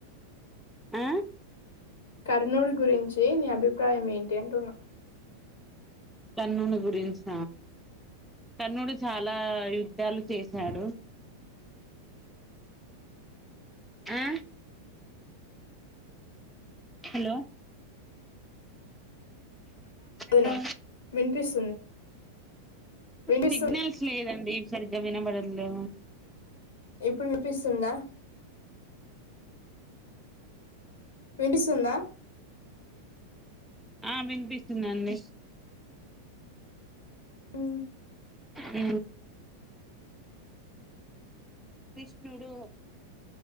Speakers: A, in the centre; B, on the left (about 65°).
A: ఆ
B: కర్ణుడి గురించి నీ అభిప్రాయం ఏంటి అంటున్నా
A: కర్ణుని గురించ కర్ణుడు చాలా యుద్ధాలు చేశాడు. ఆ హలో హలో
B: వదిన వినిపిస్తుంది వినిపిస్తుంది
A: సిగ్నల్స్ లేదండి సరిగ్గా వినబడటలేదు
B: ఎప్పుడు వపిస్ తుంద విండిస్తుందా
A: ఆ వినిపిస్తుందండి
B: అ
A: అ క్రిష్ణుడు